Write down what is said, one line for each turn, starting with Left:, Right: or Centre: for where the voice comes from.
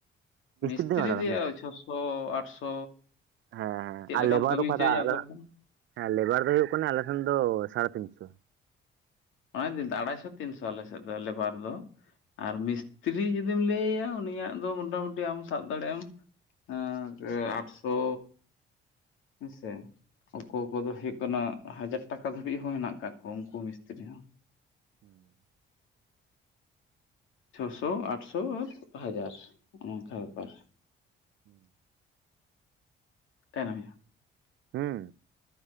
Left: ᱢᱤᱥᱛᱨᱤ
Right: ᱛᱤᱱᱟᱹᱜ ᱠᱚ ᱦᱟᱛᱟᱣ
Left: ᱫᱚᱭᱟ
Right: ᱫᱟ ᱢᱤᱥᱛᱨᱤ
Left: ᱪᱷᱚᱥᱚ, ᱟᱴᱥᱚ
Right: ᱦᱮᱸ ᱦᱮᱸ
Left: ᱪᱮᱫ
Right: ᱟᱨ
Left: ᱞᱮᱠᱟᱢ
Right: ᱞᱮᱵᱟᱨ
Left: ᱠᱟᱹᱢᱤ
Right: ᱫᱚᱠᱚ
Left: ᱦᱚᱪᱚᱭᱟ
Right: ᱦᱟᱛᱟᱣᱟ
Left: ᱚᱱᱠᱟ ᱞᱮᱠᱟᱢ
Right: ᱦᱮᱸ ᱞᱮᱵᱟᱨ ᱫᱚ ᱦᱩᱭᱩᱜ ᱠᱟᱱᱟ ᱟᱞᱮ ᱥᱮᱱ ᱫᱚ ᱥᱟᱲᱮᱛᱤᱱᱥᱚ᱾
Left: ᱚᱱᱟ ᱫᱤᱱ ᱟᱲᱟᱭᱥᱚ ᱛᱤᱱᱥᱚ ᱟᱞᱮ ᱥᱮᱫ ᱫᱚ ᱞᱮᱵᱟᱨ ᱫᱚ ᱟᱨ ᱢᱤᱥ ᱛᱤᱨᱤ ᱡᱩᱫᱤᱢ ᱞᱟᱹᱭᱟᱹᱭᱟ ᱩᱱᱤᱭᱟᱜ ᱫᱚ ᱢᱚᱴᱟᱢᱩᱴᱤ ᱟᱢ ᱥᱟᱵ ᱫᱟᱲᱮᱭᱟᱜ ᱟᱢ ᱟ ᱮᱸ ᱟᱴᱥᱚ, ᱦᱮᱸᱥᱮ ᱚᱠᱚᱭ ᱠᱚᱫᱚ ᱦᱩᱭᱩᱜ ᱠᱟᱱᱟ ᱦᱟᱡᱟᱨ ᱴᱟᱠᱟ ᱫᱷᱟᱹᱵᱤᱡ ᱦᱚᱸ ᱦᱮᱱᱟᱜ ᱠᱟᱜ ᱠᱚᱣᱟ ᱩᱱᱠᱩ ᱢᱤᱥ ᱛᱤᱨᱤ ᱦᱚᱸ ᱾
Right: ᱦᱮᱸ ᱾
Left: ᱪᱷᱚᱥᱚ, ᱟᱴᱥᱚ ᱟᱨ ᱦᱟᱡᱟᱨ ᱚᱱᱠᱟ ᱵᱮᱯᱟᱨ ᱾
Right: ᱦᱩᱸ ᱾
Left: <unintelligible>
Right: ᱦᱢ